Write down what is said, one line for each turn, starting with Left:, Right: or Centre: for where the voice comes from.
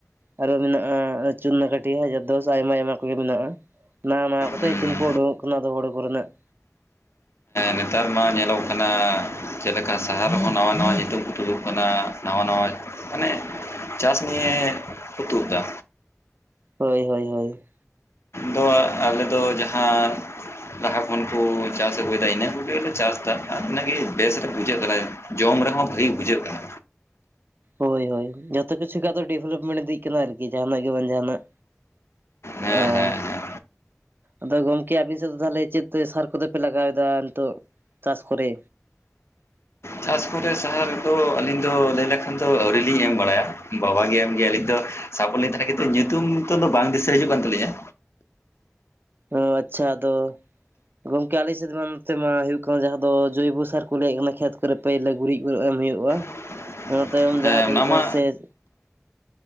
Right: ᱟᱨᱚ ᱢᱮᱱᱟᱜ-ᱟ ᱪᱩᱨᱱᱟ, ᱠᱟᱹᱴᱷᱤ, ᱦᱟᱡᱟᱨ ᱫᱚᱥ, ᱟᱭᱢᱟ ᱟᱭᱢᱟ ᱠᱚᱜᱮ ᱢᱮᱱᱟᱜ-ᱟ, ᱱᱟᱣᱟ ᱱᱟᱣᱟ ᱠᱚᱛᱚ
Left: ᱦᱩᱸ
Right: ᱧᱩᱛᱩᱢ ᱠᱚ ᱳᱰᱳᱝᱼᱚᱜ ᱠᱟᱱᱟ ᱦᱳᱬᱳ ᱠᱚ ᱨᱮᱱᱟᱜ᱾ <unintelligible>
Left: ᱱᱮᱛᱟᱨ ᱢᱟ ᱧᱮᱞᱚᱜ ᱠᱟᱱᱟ ᱪᱮᱫ ᱞᱮᱠᱟ ᱥᱟᱦᱟᱨ ᱨᱮᱦᱚᱸ ᱱᱟᱣᱟ ᱱᱟᱣᱟ ᱧᱤᱛᱩᱢ ᱠᱚ ᱛᱩᱫᱚᱜ ᱠᱟᱱᱟ ᱱᱟᱣᱟ ᱱᱟᱣᱟ ᱢᱟᱱᱮ, ᱪᱟᱥ ᱱᱤᱭᱮ ᱠᱚ ᱛᱩᱫ ᱫᱟ,
Right: ᱦᱳᱭ, ᱦᱳᱭ, ᱦᱳᱭ,
Left: ᱫᱚ ᱟᱞᱮᱫᱚ ᱡᱟᱦᱟᱸ ᱞᱟᱦᱟ ᱠᱷᱚᱱ ᱠᱚ ᱪᱟᱥ ᱟᱹᱜᱩᱭᱮᱫᱟ ᱤᱱᱟᱹ ᱠᱚᱜᱮᱞᱮ ᱪᱟᱥ ᱮᱫᱟ ᱟᱨ ᱤᱱᱟᱹᱜᱮ ᱵᱮᱥ ᱫᱚ ᱵᱩᱡᱷᱟᱹᱜ ᱠᱟᱱᱟ, ᱡᱚᱢ ᱨᱮᱦᱚᱸ ᱵᱷᱟᱹᱜᱤ ᱵᱩᱡᱷᱟᱹᱜ ᱠᱟᱱᱟ,
Right: ᱦᱳᱭ, ᱦᱳᱭ, ᱡᱚᱛᱚ ᱠᱤᱷᱩ ᱜᱮ ᱟᱫᱚ ᱰᱮᱵᱷᱞᱚᱯᱢᱮᱱᱴ ᱤᱫᱤᱜ ᱠᱟᱱᱟ ᱟᱨᱠᱤ ᱡᱟᱦᱱᱟᱜ ᱜᱮ ᱵᱟᱝ ᱡᱟᱦᱱᱟᱜ, ᱟᱨ,
Left: ᱦᱮᱸ ᱦᱮᱸ ᱦᱮᱸ
Right: ᱟᱫᱚ ᱜᱚᱝᱠᱮ ᱟᱵᱤᱱ ᱥᱮᱫ ᱫᱚ ᱛᱟᱦᱚᱞᱮ ᱪᱮᱫ ᱛᱮ ᱥᱟᱨ ᱠᱚᱫᱚᱯᱮ ᱞᱟᱜᱟᱣ ᱮᱟᱫᱟ ᱱᱤᱛᱚᱜ ᱪᱟᱥ ᱠᱚᱨᱮ?
Left: ᱪᱟᱥ ᱠᱚᱨᱮ ᱥᱟᱦᱟᱨ ᱫᱚ ᱟᱹᱞᱤᱧ ᱫᱚ ᱞᱟᱹᱭ ᱞᱮᱠᱷᱟᱱ ᱫᱚ ᱟᱹᱣᱨᱤ ᱞᱤᱧ ᱮᱢ ᱵᱟᱲᱟᱭᱟ ᱵᱟᱵᱟᱜᱮ ᱮᱢ ᱜᱮᱭᱟ ᱟᱹᱞᱤᱧ ᱫᱚ ᱥᱟᱯᱚᱴ ᱞᱤᱧ ᱛᱟᱦᱮᱱᱟ ᱠᱤᱱᱛᱩ ᱧᱩᱛᱩᱢ ᱠᱚᱫᱚ ᱵᱟᱝ ᱫᱤᱥᱟᱹ ᱦᱤᱡᱩᱜ ᱠᱟᱱ ᱛᱟᱹᱞᱤᱧᱟ,
Right: ᱚ, ᱟᱪᱪᱷᱟ ᱟᱫᱚ, ᱜᱚᱝᱠᱮ ᱟᱞᱮ ᱥᱮᱫᱢᱟ ᱱᱚᱛᱮ ᱢᱟ ᱦᱩᱭᱩᱜ ᱠᱟᱱᱟ ᱡᱟᱦᱟᱸ ᱫᱚ ᱡᱳᱭᱵᱚ ᱥᱟᱨ ᱠᱚ ᱞᱟᱹᱭᱮᱫ ᱠᱟᱱᱟ ᱠᱷᱮᱛ ᱠᱚᱨᱮ, ᱯᱟᱹᱭᱞᱟᱹ ᱜᱩᱨᱤᱡ ᱜᱩᱨ ᱮᱢ ᱦᱩᱭᱩᱜᱼᱟ,
Left: <inaudible>
Right: ᱚᱱᱟ ᱛᱟᱭᱚᱢ
Left: ᱦᱮᱸ
Right: ᱡᱟᱦᱟᱸ ᱫᱚ
Left: ᱚᱱᱟ
Right: ᱦᱩᱭᱩᱜ ᱠᱟᱱᱟ
Left: ᱢᱟ
Right: ᱥᱮᱫ,